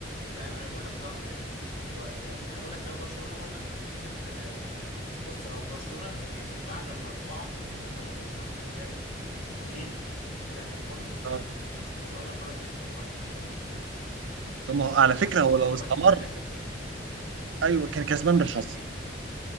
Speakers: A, on the left (about 45°); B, on the right (about 85°).
A: فاهم انا بقول لك ده يعني و يعني انا بقول لك لو برشلونة برضك كان كسب كان هي يعني بص لو برشلونة كان كسب بعد الاربعة يعني مثلا لو برشلونة كان جاب جونين في الاخر خالص
B: اه
A: كنت اقول لك برضك كسب بالحظ فاهمني
B: طب ما هو على
A: يعني برشلونة
B: فكرة هو لو
A: لغاية
B: استمر
A: التلاتة اتنين
B: أيوه
A: برشلونة
B: كان كسبان
A: لغاية التلاتة
B: بالحظ
A: اتنين